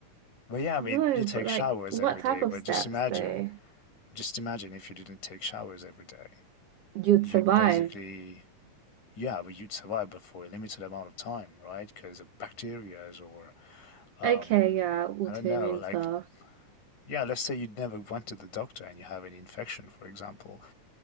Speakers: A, on the left (about 75°); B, on the right (about 80°).
A: But yeah, I mean,
B: no,
A: you take
B: but
A: showers
B: like, what
A: every
B: type
A: day, but
B: of steps
A: just imagine,
B: though?
A: just imagine if you didn't take showers every day.
B: You'd
A: You'd
B: survive.
A: basically yeah, but you'd survive but for a limited amount of time, right? Because of bacteria or um,
B: Okay, yeah, autoimmune
A: I don't know, like
B: stuff.
A: yeah, let's say you never went to the doctor and you have an infection, for example,